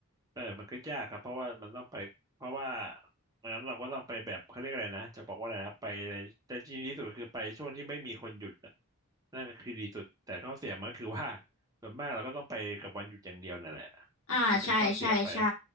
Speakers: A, on the right; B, on the left.
A: เออมันก็ยากครับเพราะว่ามันต้องไปเพราะว่างั้นเราก็ต้องไปแบบเขาเรียกอะไรนะจะบอกว่าอะไรนะไปในแต่จริงที่สุดคือไปช่วงที่ไม่มีคนหยุดน่ะนั่นก็คือดีสุด แต่ข้อเสียมันก็คือว่าส่วนมากเราก็ต้องไปกับวันหยุดอย่างเดียวนั่นแหละ
B: อ่าใช่ใช่ใช่
A: ก็เป็นข้อเสียไป